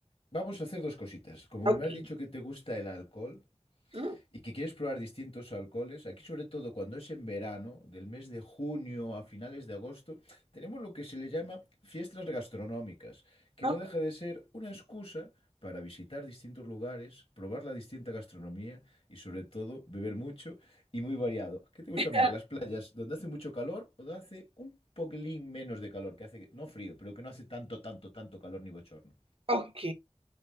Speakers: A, on the left (about 55°); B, on the right (about 55°).
A: Vamos a hacer dos cositas. Como
B: Ok.
A: me has dicho que te gusta el alcohol,
B: Mm,
A: y que quieres probar distintos alcoholes, aquí sobre todo cuando es en verano, del mes de junio a finales de agosto, tenemos lo que se le llama fiestas gastronómicas, que
B: ok.
A: no deja de ser una excusa para visitar distintos lugares, probar la distinta gastronomía y sobre todo beber mucho y muy variado. ¿Qué te gusta
B: <laughs>
A: más, las playas donde hace mucho calor o donde hace un poquilín menos de calor, que hace que, no frío, pero que no hace tanto, tanto, tanto calor ni bochorno?
B: Ok.